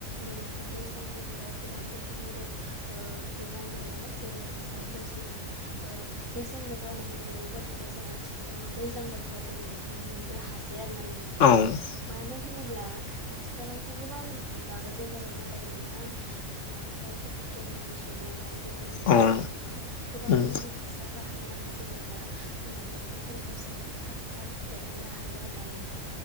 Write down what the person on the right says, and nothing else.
मोन <unintelligible> गोजां बोथोराव गोबां रोखोमनिबो ओ मेगं मोनो। जेराव जायखौ जोंङो ओ मेसें बोथोराव मोननाय मेगंफोरखौबो जों आथिखालाव मा दैज्लां बोथोराव मोन-मोननो हा सै आरोना नोंथां
मानो होन होनब्ला आथिखालावथ' गोबां जुगाबो जौगाबाय नालाय नों थांओम आथिख दाथ' बिगियानारि जुग नालाय बेबायदिनो
जोंङो मा गोबां
मुलि हासार बाहायनानै जोंङो मा मैगंफोरखौ जोंङो थाब थाब दहननो हायो आ ना नोंथां